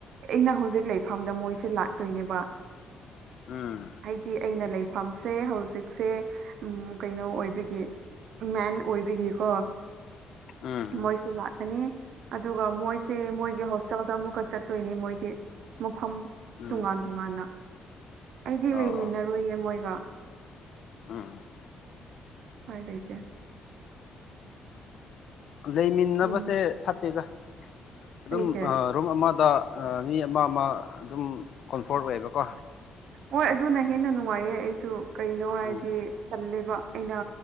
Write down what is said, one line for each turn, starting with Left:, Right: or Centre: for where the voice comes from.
Right: ꯑꯩꯅ ꯍꯧꯖꯤꯛ ꯂꯩꯐꯝꯗ ꯃꯣꯏꯁꯦ ꯂꯥꯛꯇꯣꯏꯅꯦꯕ
Left: ꯎꯝ
Right: ꯍꯥꯏꯗꯤ ꯑꯩꯅ ꯂꯩꯐꯝꯁꯦ ꯍꯧꯖꯤꯛꯁꯦ ꯎꯝ ꯀꯩꯅꯣ ꯑꯣꯏꯕ ꯒꯤ ꯃꯦꯟ ꯑꯣꯏꯕꯤꯒꯤꯀꯣ
Left: ꯎꯝ ꯎꯝ
Right: ꯃꯣꯏꯁꯨ ꯂꯥꯛ ꯅꯤ ꯑꯗꯨꯒ ꯃꯣꯏꯁꯦ ꯃꯣꯏꯒꯤ ꯍꯣꯁꯇꯦꯜꯗ ꯑꯃꯨꯛꯀ ꯆꯠꯇꯣꯏꯅꯤ ꯃꯣꯏꯗꯤ ꯃꯐꯝ
Left: ꯎꯝ
Right: ꯇꯨꯉꯥꯟ ꯇꯨꯉꯥꯟꯅ ꯑꯩꯗꯤ
Left: ꯑꯣ
Right: ꯂꯩꯃꯤꯟꯅꯔꯣꯏꯌꯦ
Left: ꯑꯣ
Right: ꯃꯣꯏꯒ
Left: ꯎꯝ
Right: ꯎꯄꯥꯏ ꯂꯩꯩꯇꯦ
Left: ꯂꯩꯃꯤꯟꯅꯕꯁꯦ
Right: ꯑꯗꯨꯝ
Left: ꯐꯠꯇꯦꯗ ꯑꯗꯨꯝ
Right: ꯂꯩꯒꯦ
Left: ꯑꯥ ꯔꯨꯝ ꯑꯃꯗ ꯑꯥ ꯃꯤ ꯑꯃ ꯑꯃ ꯑꯗꯨꯝ ꯀꯣꯟꯐꯣꯔꯠ ꯑꯣꯏꯌꯦꯕꯀꯣ
Right: ꯍꯣꯏ ꯑꯗꯨꯅ ꯍꯦꯟꯅ ꯅꯨꯡꯉꯥꯏꯌꯦ ꯑꯩꯁꯨ ꯀꯩꯅꯣ ꯍꯥꯏꯗꯤ
Left: ꯎꯝ
Right: ꯇꯜꯂꯦꯕ ꯑꯩꯅ